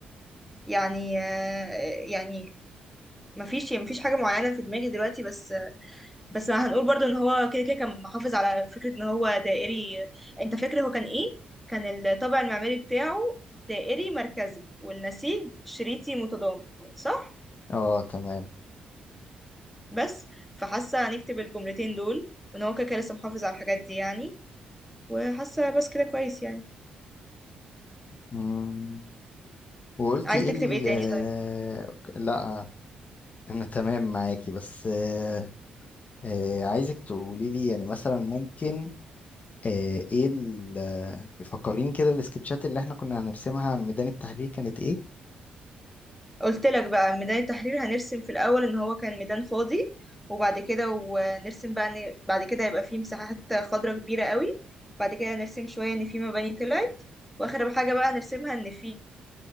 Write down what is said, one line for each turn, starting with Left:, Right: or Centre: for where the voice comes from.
Centre: يعني آه، يعني مفيش مفيش حاجه معينه في دماغي دلوقتي بس بس هنقول برضو ان هو كده كده كان محافظ على فكرة ان هو دائري انت فاكر هو كان ايه كان الطابع المعماري بتاعه دائري مركزي والنسيج شريطي متضامن صح
Left: اه تمام
Centre: بس فحاسة هنكتب الجملتين دول وان هو كده كده لسه محافظ على الحاجات دي يعني وحاسة بس كده كويس يعني
Left: مم. وقلتي
Centre: عايز
Left: ايه
Centre: تكتب
Left: ال
Centre: ايه تاني
Left: آه،
Centre: طيب
Left: لا انا تمام معاكي بس آه، آه، عايزك تقولي لي يعني مثلا ممكن آه، ايه ال آه، فكريني كده السكتشات اللي احنا كنا هنرسمها عن ميدان التحرير كانت ايه
Centre: قلت لك بقى ميدان التحرير هنرسم في الأول إن هو كان ميدان فاضي وبعد كده ونرسم بقى إن بعد كده يبقى فيه مساحات خضراء كبيرة قوي بعد كده نرسم شوية إن فيه مباني طلعت وآخر حاجة بقى نرسمها إن فيه